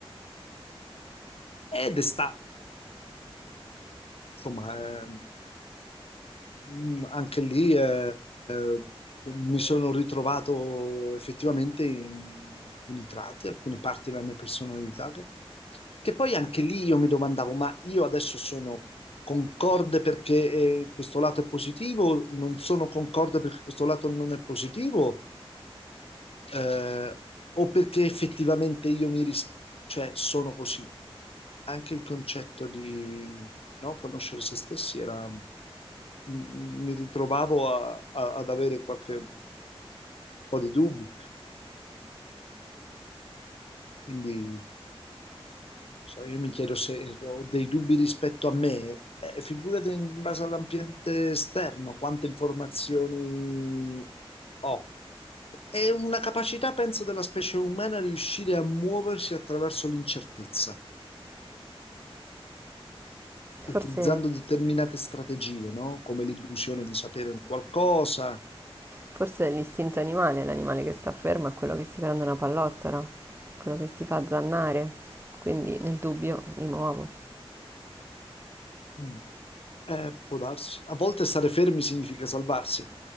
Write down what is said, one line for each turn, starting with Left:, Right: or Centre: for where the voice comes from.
Left: Ed è stata, insomma, eh, Mm, Anche lì eh, eh, mi sono ritrovato effettivamente in alcuni tratti, alcune parti della mia personalità, che, che poi anche lì io mi domandavo, ma io adesso sono concorde perché eh, questo lato è positivo, non sono concorde perché questo lato non è positivo, eh, o perché effettivamente io mi ris- cioè sono così. Anche il concetto di no, conoscere se stessi era, m- m- mi ritrovavo a- a- ad avere qualche un po' di dubbi. Quindi So, io mi chiedo se eh, ho dei dubbi rispetto a me, eh, figurati in base all'ambiente esterno, quante informazioni ho. È una capacità, penso, della specie umana riuscire a muoversi attraverso l'incertezza, utilizzando
Right: Forse,
Left: determinate strategie, no? Come l'illusione di sapere un qualcosa.
Right: forse è l'istinto animale, l'animale che sta fermo è quello che si prende una pallottola, quello che si fa zannare. Quindi nel dubbio mi muovo.
Left: Mm. Eh, può darsi. A volte stare fermi significa salvarsi,